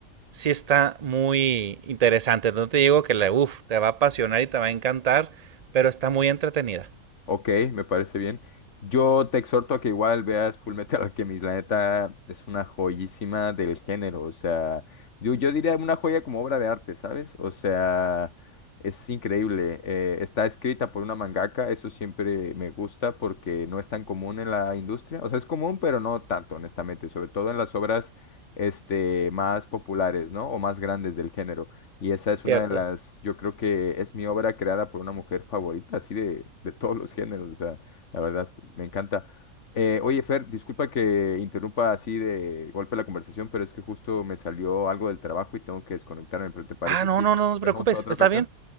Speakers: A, on the right; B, on the left.
A: sí está muy interesante. No te digo que la, uff, te va a apasionar y te va a encantar, pero está muy entretenida,
B: Ok, me parece bien. Yo te exhorto a que igual veas Full Metal <laughs> Alchemist, la neta es una joyísima del género, o sea, yo, yo diría una joya como obra de arte, ¿sabes? O sea, es increíble. eh, está escrita por una mangaka, eso siempre me gusta porque no es tan común en la industria, o sea, es común, pero no tanto, honestamente, sobre todo en las obras este, más populares, ¿no? O más grandes del género. Y esa es
A: ¿cierto?
B: una de las, yo creo que es mi obra creada por una mujer favorita, así de, de todos los géneros, o sea, la verdad, me encanta. Eh, oye, Fer, disculpa que interrumpa así de golpe la conversación, pero es que justo me salió algo del trabajo y tengo que desconectarme, pero ¿te parece
A: Ah, no,
B: si
A: no,
B: lo
A: no, no te
B: dejamos
A: preocupes,
B: para otra
A: está
B: ocasión?
A: bien,